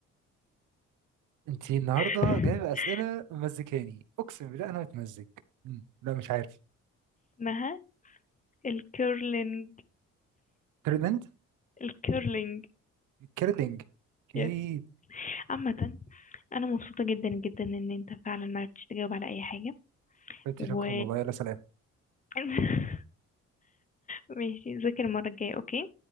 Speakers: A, on the right; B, on the left.
A: انتي النهارده
B: <laughs>
A: جايبه اسئله مزكاني اقسم بالله انا متمزج مم. لا مش عارف
B: اسمها الكيرلينج
A: تايلاند
B: الكيرلينج
A: كيرلينج
B: يس
A: اكيد
B: عامة أنا مبسوطة جدا جدا إن أنت فعلا معرفتش تجاوب على أي حاجة و
A: شكرا والله يلا سلام
B: <laughs> ماشي ذاكر المرة الجاية أوكي